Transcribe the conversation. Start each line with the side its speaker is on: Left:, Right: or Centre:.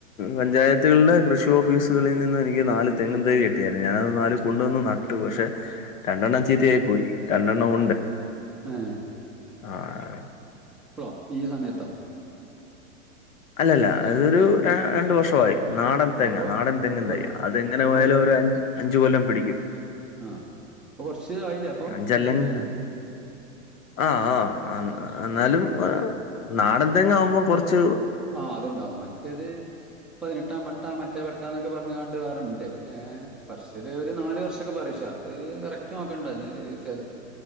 Left: പഞ്ചായത്തുകളിലെ കൃഷി ഓഫീസുകളിൽ നിന്ന് എനിക്ക് നാല് തെങ്ങുംതൈ കിട്ടിയായിരുന്നു ഞാനത് നാല് കൊണ്ടുവന്ന് ന ട്ടു പക്ഷെ രണ്ടെണ്ണം ചീത്തയായി പോയി രണ്ടെണ്ണം ഒണ്ട്
Centre: ആഹ്
Left: ആ
Centre: ഇപ്പളോ ഈ സമയത്തോ?
Left: അല്ലല്ല അതൊരു ര രണ്ട് വർഷവായി. നാടൻ
Centre: ആ
Left: തെങ്ങാ
Centre: അപ്പോൾ
Left: നാടൻ തെങ്ങിന്തൈയാ
Centre: അപ്പോൾ കുറച്ച്
Left: അത് എങ്ങനെ
Centre: അപ്പോൾ
Left: പോയാലും ഒരു അഞ്ച് അഞ്ച്കൊല്ലം പിടിക്കും
Centre: ആഹ് അപ്പൊ കൊറച്ച് ആയില്ലേ അപ്പൊ
Left: അഞ്ചല്ലെങ്കിലോ
Centre: പിടിച്ചിട്ടത്.
Left: ആഹ് ആഹ് എന്നാലും നാടൻതെങ്ങ് ആവുമ്പോ കുറച്ച്
Centre: ആഹ് അത്ണ്ടാവും മറ്റേത് പതിനെട്ടാം പട്ട മറ്റേ പട്ടാ എന്നൊക്കെ പറഞ്ഞണ്ട് വേറണ്ട് ഏ പറശ്ശല് ഒരു നാല് വർഷമൊക്കെ പറയഷാ അത് കറക്റ്റ് നോക്കണ്ട ത് ചെ